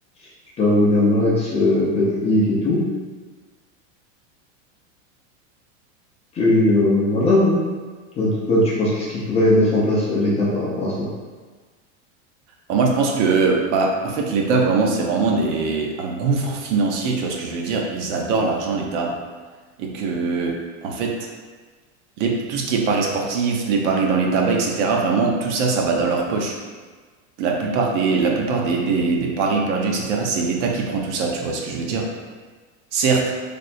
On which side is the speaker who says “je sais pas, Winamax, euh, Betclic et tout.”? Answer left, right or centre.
Left